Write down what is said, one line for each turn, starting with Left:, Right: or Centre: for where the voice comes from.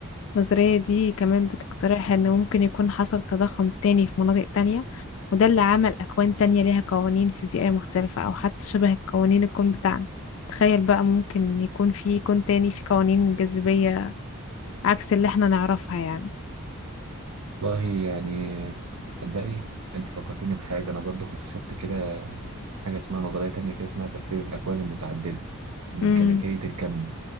Left: النظرية دي كمان بتقترح إن ممكن يكون حصل تضخم تاني في مناطق تانية وده اللي عمل أكوان تانية ليها قوانين فيزيائية مختلفة أو حتى شبه قوانين الكون بتاعنا تخيل بقى ممكن يكون في كون تاني في قوانين جاذبية عكس اللي احنا نعرفها يعني
Right: والله يعني صدقي انت فكرتني بحاجة انا برضو كنت شفت كده حاجة اسمها نظرية تانية كده اسمها تفسير الاكوان المتعددة لميكانيكية
Left: امم
Right: الكم